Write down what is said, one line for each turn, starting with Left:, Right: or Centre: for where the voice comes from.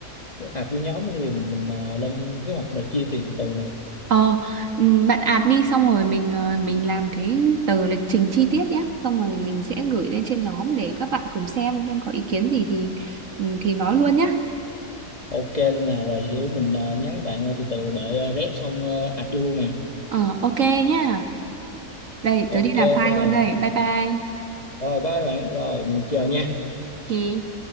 Left: uh, ạt vô nhóm thì mình mình à, lên kế hoạch rồi chia tiền từ từ nè
Right: ờ ừm, bạn ạt đi xong rồi mình ờ, mình làm cái tờ lịch trình chi tiết nhé xong rồi mình sẽ gửi lên trên nhóm để các bạn cùng xem xem có ý kiến gì thì ừm, thì nói luôn nhé
Left: Ok luôn nè rồi để mình à, nhắn bạn à, từ từ rồi đợi à, rep xong uh, ạt vô luôn nè
Right: ờ ok nhá đây
Left: Ok
Right: tớ đi làm file
Left: rồi
Right: luôn đây bye bye
Left: rồi bye bạn rồi mình chờ nha
Right: ok